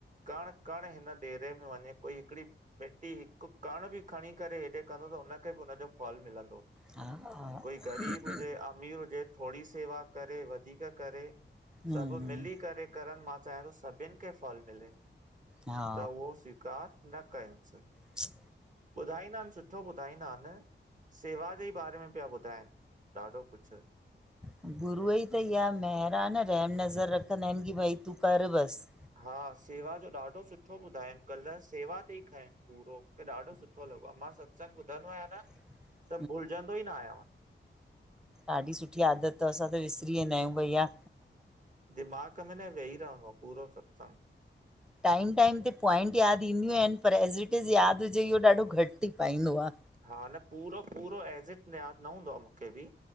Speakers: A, on the right; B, in the centre.
A: कण कण हिन डेरे में वञे कोई हिकिड़ी मिटी हिकु कण बि खणी करे हेॾे कंदो त उ हुनखे बि हुनजो फलु मिलंदो
B: हा
A: कोई
B: <unintelligible>
A: ग़रीब हुजे अमीर हुजे थोड़ी सेवा करे वधीक करे
B: हम्म
A: सभु मिली करे करन, मां चाहियां थो सभिनि खे फल मिले,
B: हा
A: त उहो स्वीकार न कंयंसि
B: स
A: ॿुधाईंदा आहिनि सुठो ॿुधाईंदा आहिनि सेवा जे ई बारे में पिया ॿुधाइनि ॾाढो कुछु
B: ह <inaudible> गुरूअ जी त इहा महिर न रहम नज़र रखंदा आहिनि की भई तूं कर बसि
A: हा सेवा जो ॾाढो सुठो ॿुधाइनि कल्ह सेवा ते ई खइनि पूरो मूंखे ॾाढो सुठो लॻो आहिं मां सत्संग ॿुधंदो आहियां न
B: <inaudible>
A: त भुलजंदो ई न आहियां
B: ॾाढी सुठी आदत अथ असां त विसरी वेंदा आहियूं भईया
A: दिमाग़ में न वेहईी रहंदो आहे पूरो सत्संग
B: टाइम टाइम ते पॉइंट यादि ईंदियूं आहिनि पर एज़ इट इज़ यादि हुजे इहो ॾाढो घटि थी पाईंदो आ
A: हा न पूरो पूरो एज़िट यादि न हूंदो आहे मूंखे बि